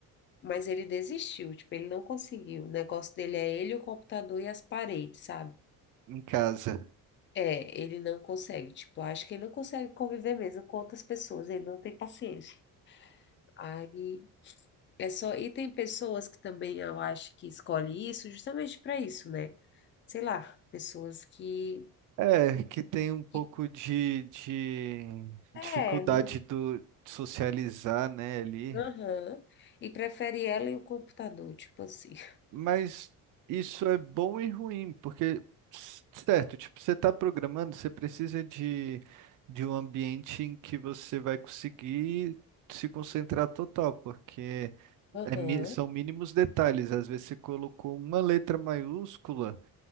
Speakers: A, on the left; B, on the right.
A: Mas ele desistiu, tipo, ele não conseguiu. O negócio dele é ele, o computador e as paredes, sabe?
B: Em casa.
A: É, ele não consegue, tipo, acho que ele não consegue conviver mesmo com outras pessoas, ele não tem paciência. Aí é só, e tem pessoas que também eu acho que escolhe isso justamente para isso, né? Sei lá, pessoas que,
B: É, que tem um pouco
A: que
B: de, de
A: é,
B: dificuldade
A: não,
B: do, de socializar, né, ali.
A: aham, e prefere ela e o computador, tipo assim. <laughs>
B: Mas isso é bom e ruim, porque, s- certo, tipo, você está programando, você precisa de, de um ambiente em que você vai conseguir se concentrar total, porque
A: Aham,
B: é mi- são mínimos detalhes. Às vezes você colocou uma letra maiúscula